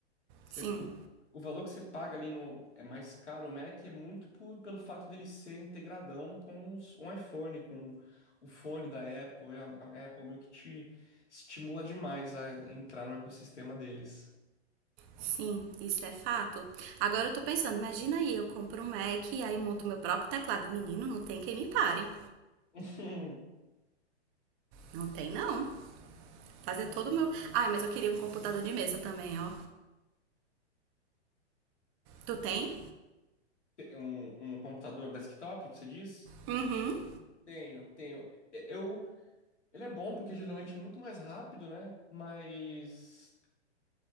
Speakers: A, on the left; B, on the right.
A: Você-
B: Sim,
A: o, o valor que você paga ali no é mais caro o Mac é muito por- pelo fato dele ser integradão com os, o iPhone, com o fone da Apple. é A, a Apple meio que te estimula demais a entrar no ecossistema deles.
B: sim, isso é fato. Agora eu tô pensando, imagina aí, eu compro um Mac e aí monto meu próprio teclado. Menino, não tem quem me pare.
A: <laughs>
B: Não tem não. Fazer todo o meu. Ai, mas eu queria um computador de mesa também, ó. Tu tem?
A: Um, um computador desktop, você diz?
B: Uhum.
A: Tenho, tenho. E- Eu, ele é bom porque geralmente é muito mais rápido, né? Mas